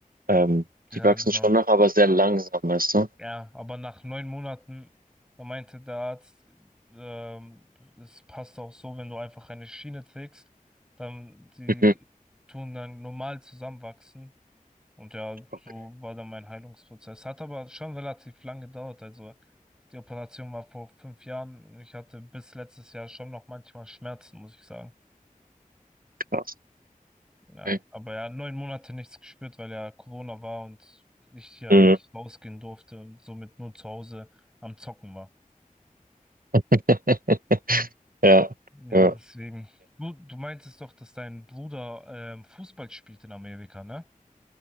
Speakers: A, on the right (about 85°); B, in the centre.
A: Ähm,
B: Ja,
A: die wachsen
B: genau.
A: schon nach, aber sehr langsam, weißt du?
B: Ja, aber nach neun Monaten, da meinte der Arzt, ähm, das passt auch so, wenn du einfach eine Schiene trägst, dann die
A: Mhm.
B: tun dann normal zusammenwachsen. Und ja,
A: Okay,
B: so war dann mein Heilungsprozess. Hat aber schon relativ lang gedauert. Also die Operation war vor fünf Jahren. Ich hatte bis letztes Jahr schon noch manchmal Schmerzen, muss ich sagen.
A: krass.
B: Ja,
A: Okay.
B: aber ja, neun Monate nichts gespürt, weil ja Corona war und ich ja
A: Mhm.
B: nicht rausgehen durfte und somit nur zu Hause am Zocken war.
A: <laughs> Ja,
B: Ja,
A: ja.
B: deswegen. Du, du meintest doch, dass dein Bruder ähm, Fußball spielt in Amerika, ne?